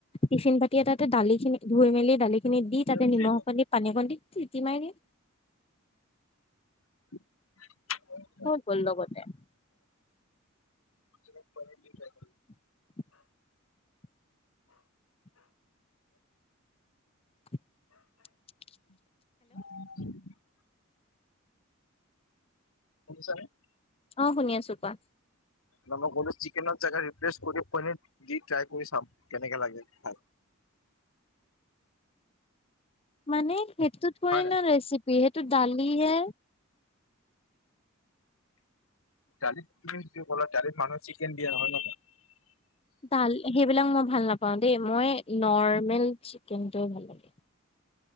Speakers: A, on the left; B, on the left.
A: টিফিন বাতি তাতে দালিখিনি ধুই মেলি দালিখিনি
B: যায়
A: দি তাতে নিমখ অকণ দি পানী অকণ দি, চিটি মাৰি
B: <unintelligible>
A: হৈ গ'ল লগতে। <inaudible>
B: শুনিছানে?
A: <inaudible>
B: <unintelligible> শুনিছা নে?
A: অঁ শুনি আছো কোৱা।
B: না মই কলো চিকেনৰ জগৰ ৰেফ্ৰেছ কৰি পানীত দি ট্ৰাই কৰি চাম কেনেকে লাগে খাই।
A: মানে সেইটোত থৰিণ
B: হয় নাই?
A: ৰেচিপি, সেইটো দালি হে।
B: দালিত তুমি যিটো ক'লা দালিত মানুহ চিকেন দিয়া নহয় ন।
A: দাল সেইবিলাক মই ভাল নাপাওঁ দেই, মই নৰ্মেল চিকেনটোয়ে ভাল লাগে।